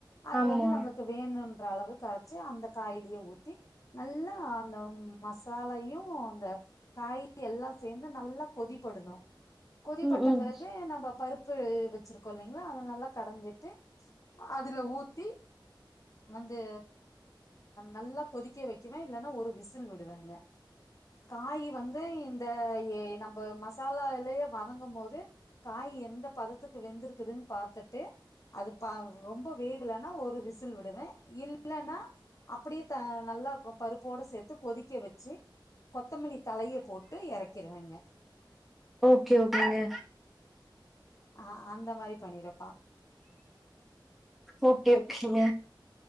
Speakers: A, on the left (about 40°); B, in the centre.
A: அது
B: ஆமா
A: வந்து நம்மளுக்கு வேணும் அளவு கரைச்சி அந்த காய்லேயே ஊத்தி நல்லா அந்த மசாலையும் அந்த காய் எல்லாம் சேர்ந்து நல்லா கொதிபடணும் கொதிப்பட்ட
B: ம் ம்
A: பிறகு நம்ம பருப்பு வச்சிருக்கோம் இல்லைங்களா அத நல்லா கடைஞ்சி வச்சுஅதுல ஊத்தி வந்து நல்லா கொதிக்க வைக்குவேன் இல்லேன்னா ஒரு தூவி விடுவேங்க காய் வந்து இந்த ஏ நம்ப மசாலாலேயே வதங்கும்போது காய் எந்த பதத்துக்கு வெந்திருக்குதுன்னு பாத்துட்டு அது பா ரொம்ப வேகலனா ஒரு விசில் விடுவே இல் இல்லேன்னா அப்பிடியே நல்லா பருப்போடு சேத்து கொதிக்க வச்சு கொத்தமல்லி தழைய போட்டு இறக்கிருவேங்க
B: ஓகே ஓகேங்க
A: ஆஹ் அந்த மாரி பண்ணிரம்
B: ஓகே ஓகேங்க